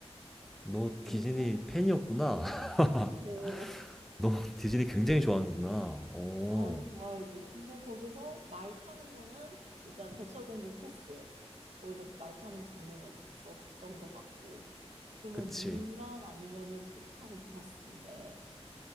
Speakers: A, in the centre; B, on the right.
A: 너
B: 근데,
A: 디즈니 팬이었구나. <laughs>
B: 어,
A: 너 디즈니 굉장히 좋아하는구나. 어.
B: 아유, 좋아야지. 근데 거기서 말 타는 거는 일단 백설공주 패스. 거기서 말 타는 장면이 없었던 것 같고. 그러면
A: 그치.
B: 물란 아니면은 포카혼타스인데,